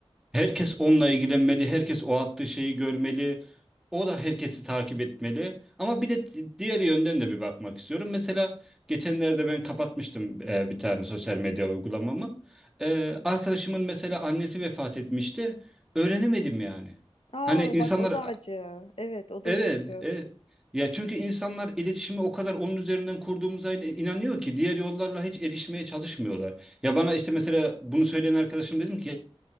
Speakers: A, in the centre; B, on the left.
A: Herkes onunla ilgilenmeli, herkes o attığı şeyi görmeli. O da herkesi takip etmeli. Ama bir de di- diğer yönden de bir bakmak istiyorum. Mesela geçenlerde ben kapatmıştım e, bir tane sosyal medya uygulamamı. E, arkadaşımın mesela annesi vefat etmişti. Öğrenemedim yani.
B: Aa
A: Hani insanlar
B: bak o da acı. Evet, o da
A: evet,
B: üzücü.
A: evet. e, Ya çünkü insanlar iletişimi o kadar onun üzerinden kurduğumuza in- inanıyor ki diğer yollarla hiç erişmeye çalışmıyorlar. Ya bana işte mesela bunu söyleyen arkadaşım dedim ki